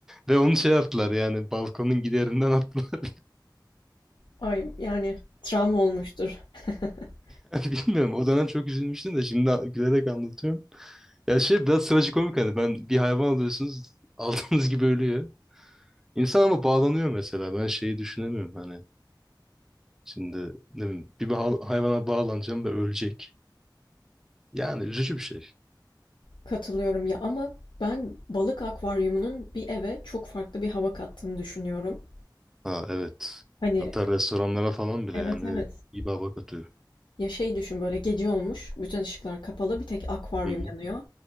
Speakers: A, in the centre; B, on the left.
A: Ve onu şey yaptılar yani balkonun giderinden attılar.
B: Ay, yani, travma olmuştur. <laughs>
A: <laughs> Bilmiyorum. O dönem çok üzülmüştüm de şimdi a- gülerek anlatıyorum. Ya şey biraz trajikomik hani ben bir hayvan alıyorsunuz <laughs> aldığınız gibi ölüyor. İnsan ama bağlanıyor mesela. Ben şeyi düşünemiyorum hani. Şimdi ne bileyim bir ba- hayvana bağlanacağım ve ölecek. Yani üzücü bir şey.
B: Katılıyorum ya ama ben balık akvaryumunun bir eve çok farklı bir hava kattığını düşünüyorum.
A: Ha evet.
B: Hani
A: Hatta restoranlara falan bile
B: evet
A: yani
B: evet.
A: iyi baba atıyor.
B: Ya şey düşün böyle gece olmuş, bütün ışıklar kapalı, bir tek akvaryum
A: Hı hı.
B: yanıyor.